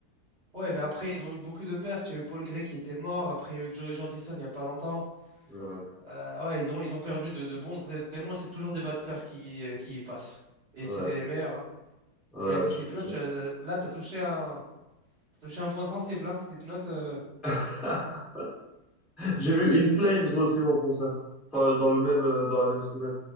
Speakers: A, on the right; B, in the centre.
A: Ouais, mais après, ils ont eu beaucoup de pertes. Il y a eu Paul Gray qui était mort. Après, il y a eu Joey Jordison il n'y a pas longtemps.
B: Ouais,
A: Euh, ouais, ils ont, ils ont perdu de, de bons éléments. C'est toujours des batteurs qui, euh, qui y passent. Et
B: ouais,
A: c'était les meilleurs. hein.
B: ouais,
A: Mais, mais Slipknot,
B: je te jure.
A: tu as, là, t'as touché un, t'as touché un point sensible. Hein. Slipknot, euh,
B: <laughs> J'ai vu In Flames aussi en concert. Enfin, dans le même, euh, dans la même semaine.